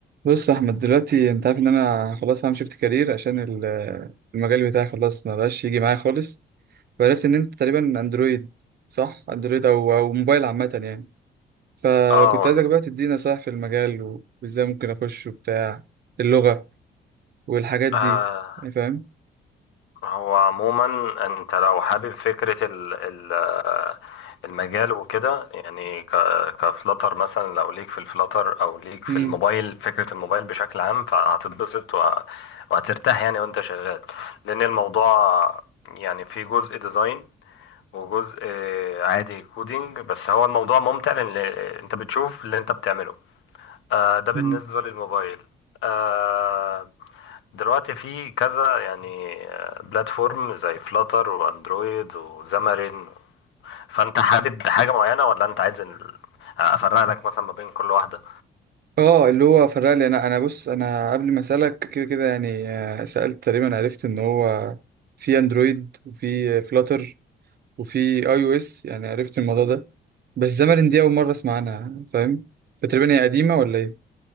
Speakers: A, on the right; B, on the left.
A: بص يا احمد دلوقتي انت عارف ان انا خلاص هعمل شيفت كارير عشان ال- المجال بتاعي خلاص ما بقاش يجي معايا خالص وعرفت ان انت تقريبا اندرويد صح اندرويد او او موبايل عامه يعني فكنت
B: اه
A: عايزك بقى تدينا نصايح في المجال و- وازاي ممكن اخش وبتاع اللغه والحاجات دي
B: آه،
A: يعني فاهم
B: هو عموما انت لو حابب فكرة ال ال آه، المجال وكده يعني ك- كفلتر مثلا لو ليك في الفلتر او ليك في
A: امم
B: الموبايل فكرة الموبايل بشكل عام فهتتبسط وه- وهترتاح يعني وانت شغال لان الموضوع يعني في جزء ديزاين وجزء عادي كودينج بس هو الموضوع ممتع لان انت بتشوف اللي انت بتعمله آه، ده بالنسبة
A: مم.
B: للموبايل آه، دلوقتي في كذا يعني آه، بلاتفورم زي فلاتر واندرويد وزامرين فانت حابب حاجة معينة ولا انت عايز ال- افرق لك مثلا ما بين كل واحدة
A: اه اللي هو فرق لي انا انا بص انا قبل ما اسالك كده كده يعني آه، سالت تقريبا عرفت ان هو في اندرويد وفي فلاتر وفي اي او اس يعني عرفت الموضوع ده بس زمرين دي أول مرة أسمع عنها فاهم فتقريبا هي قديمة ولا إيه؟